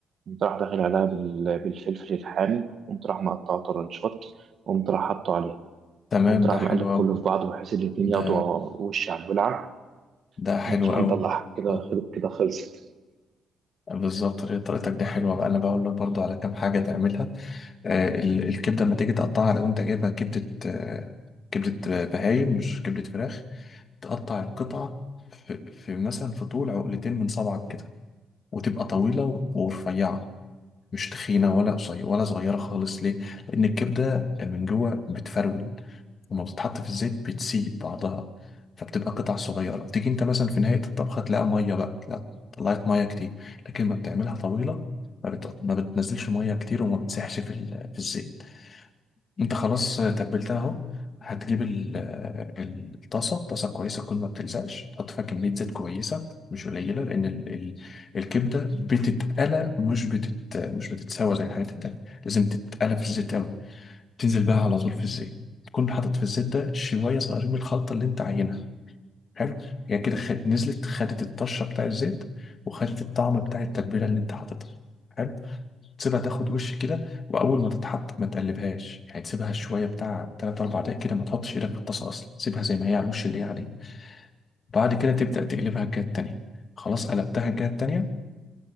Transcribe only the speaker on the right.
قمت راح داخل عليها بال- بالفلفل الحامي قمت راح مقطعه طرنشات قمت راح حاطه عليها
قمت
راح
مقلب كله
في بعضه بحيث الاتنين
ياخدوا وش على الولعة
قمت راح
مطلعها كده
خلت كده خلصت